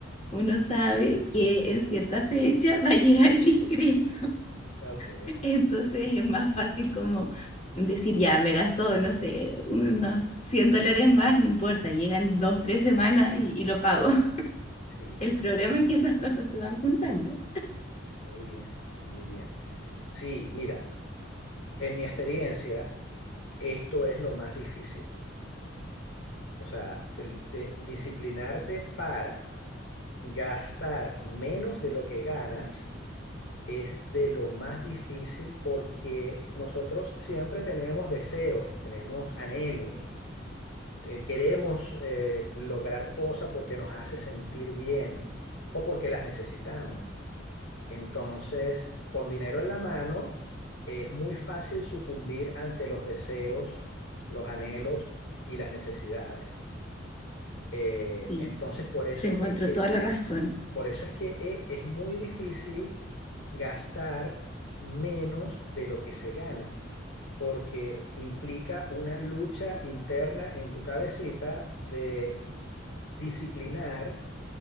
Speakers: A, on the left (about 40°); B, on the left (about 85°).
A: uno sabe que en cierta fecha va a llegar el ingreso.
B: Ok.
A: <laughs> Entonces es más fácil como decir, ya, me gastó, no sé, unos 100 dólares más, no importa, llegan dos, tres semanas y, y lo pago. <laughs>
B: Sí,
A: El problema es que esas cosas se van juntando.
B: muy bien, muy bien. Sí, mira, en mi experiencia, esto es lo más difícil. O sea, el- de- disciplinarte para gastar menos de lo que ganas es de lo más difícil porque nosotros siempre tenemos deseos, tenemos anhelos, eh, queremos eh, lograr cosas porque nos hace sentir bien o porque las necesitamos. Entonces, con dinero en la mano, es muy fácil sucumbir ante los deseos, los anhelos y las necesidades. Eh,
A: Sí,
B: entonces, por eso
A: te encuentro
B: es que,
A: toda la razón.
B: por eso es que eh, es muy difícil gastar menos de lo que se gana, porque implica una lucha interna en tu cabecita de disciplinar